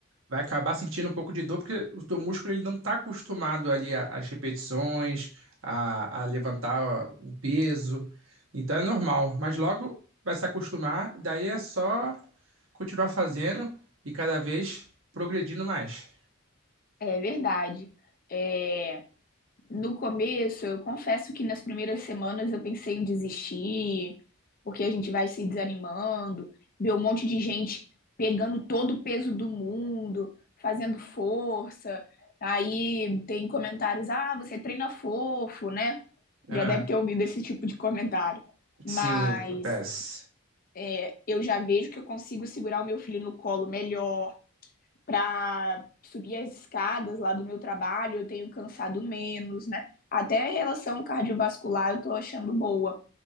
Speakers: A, on the right; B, on the left.
A: vai acabar sentindo um pouco de dor, porque o teu músculo ele não está acostumado ali a- às repetições, a, a levantar o peso. Então é normal. Mas logo vai se acostumar, daí é só continuar fazendo e cada vez progredindo mais.
B: É verdade. É... No começo, eu confesso que nas primeiras semanas eu pensei em desistir, porque a gente vai se desanimando, ver um monte de gente pegando todo o peso do mundo, fazendo força. Aí tem comentários: ah, você treina fofo, né?
A: Ah,
B: Já deve ter ouvido esse tipo de comentário.
A: sim,
B: Mas
A: acontece.
B: é, eu já vejo que eu consigo segurar o meu filho no colo melhor, para subir as escadas lá do meu trabalho, eu tenho cansado menos, né? Até a relação cardiovascular eu tô achando boa.